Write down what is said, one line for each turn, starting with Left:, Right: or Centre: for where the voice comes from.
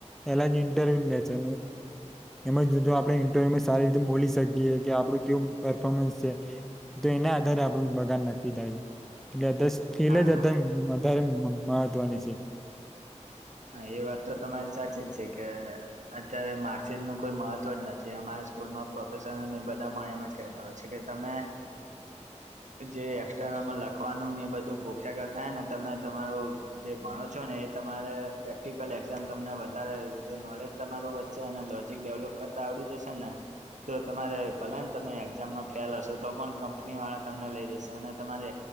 Centre: એલા જે‌‌ ઇન્ટરવ્યુ લે છે. એમજ જો જો આપડે ઇન્ટરવ્યુમાં સારી રીતે બોલી શકીએ કે આપડું કેવું પરર્ફોર્મન્સ છે. તો એના આધારે આપડું પગાર નકકી થાય છે. એટલે દસ એલે
Right: હા
Centre: જ અધારે વધારે મહત્વની છે.
Right: હા, એ વાત તો તમારી સાચી જ છે કે અત્યારે માર્કશીટ નું કોઈ મહત્વ જ નથી અમારે સ્કૂલમાં પ્રોફેસરને એ બધા પણ એમ જ કહેતા હોય છે કે તમે જે એક્સમ લખવાનું એ બધું ગોખ્યા કરતા હોને તમે તમારું જે ભણો છો ને એ તમારે પ્રેક્ટિકલ એક્ઝામ તમને વધારે જો નોલેજ તમારું વધશે અને લોજિક ડેવલોપ કરતા આવડી જશેને? તો તમારે ભલે ને તમે એક્ઝામમાં ફેલ હશો તો પણ કંપનીવાળા તમને લઈ જશે અને તમારે